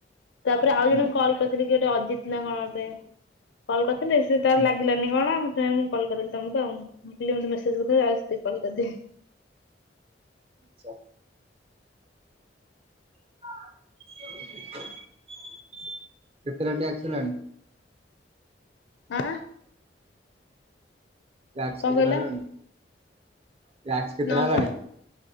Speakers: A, on the left; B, on the right.
A: ତାପରେ ଆଉ ଜଣ
B: ହୁଁ
A: କଲ୍ କରିଥିଲେ କି ଗୋଟେ ଅଜିତ ନା କଣ ଅଟେ। କଲ୍ କରିଥିଲି ସେ ତାର
B: ହୁଁ
A: ଲାଗିଲାନି କଣ ସେଥିପାଇଁ ମୁଁ କଲ କରି ନଥିଲି ତମକୁ ଆଉ ମୁଁ ପିଲେ ମତେ ମେସେଜ୍ କରିଥିଲେ ଯାଉଚି ଟିକେ କଲ କରିଦେଏ।
B: ଆଚଛା। କେତେଟ୍ଟା ଟାକ୍ସ୍ ଦେଲାଣି।
A: ଆଁ।
B: ଟ୍ୟାକ୍ସ
A: କଅଁ
B: କେତେଟା
A: କଇଲ
B: ହେଲାଣି ଟ୍ୟାକ୍ସ କେତେଟା
A: ନଅ
B: ହେଲାଣି?
A: ସହ।